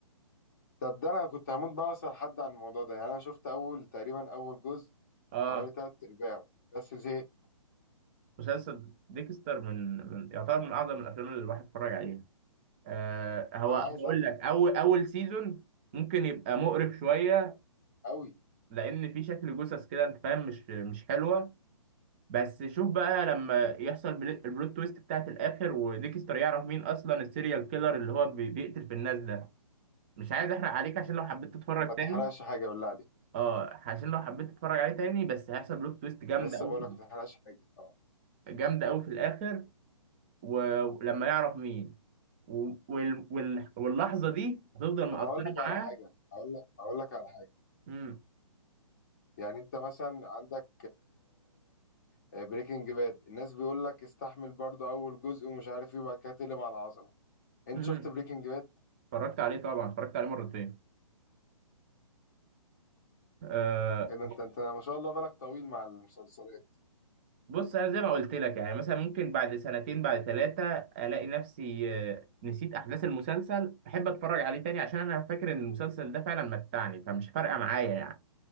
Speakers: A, on the left; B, on the right.
A: طب ده انا كنت هموت بقى اسال حد عن الموضوع ده يعني انا شفت اول تقريبا اول جزء
B: اه
A: حوالي تلات ارباعه بس زهقت
B: مسلسل ديكستر من, من يعتبر من اعظم الافلام اللي الواحد اتفرج عليها آه هو
A: فانا
B: هقول
A: عايز افهم
B: لك اول اول سيزون ممكن يبقى مقرف شويه
A: قوي
B: لان في شكل جثث كده انت فاهم مش مش حلوه بس شوف بقى لما يحصل بل- البلوت تويست بتاعت الاخر وديكستر يعرف مين اصلا السيريال كيلر اللي هو بي- بيقتل في الناس ده مش عايز احرق عليك عشان لو حبيت تتفرج
A: طب ما
B: تاني
A: تحرقش حاجه بالله عليك
B: اه عشان لو حبيت تتفرج عليه تاني بس هيحصل بلوت تويست جامده
A: لسه
B: قوي
A: بقول لك ما تحرقش حاجه اه
B: جامده قوي في الاخر و- ولما يعرف مين و- وال... وال... واللحظه دي هتفضل
A: طب
B: مأثره
A: ما اقول لك
B: معاه
A: على حاجه اقول لك اقول لك على حاجه
B: امم
A: يعني انت مثلا عندك بريكنج باد الناس بيقول لك استحمل برضو اول جزء ومش عارف ايه وبعد كده تقلب على العظمه انت
B: امم
A: شفت بريكنج باد
B: اتفرجت عليه طبعا اتفرجت عليه مرتين آه...
A: ايه ده انت انت ما شاء الله بالك طويل مع المسلسلات
B: بص انا زي ما قلت لك يعني مثلا ممكن بعد سنتين بعد ثلاثه الاقي نفسي آه، نسيت احداث المسلسل احب اتفرج عليه تاني عشان انا فاكر ان المسلسل ده فعلا متعني فمش فارقه معايا يعني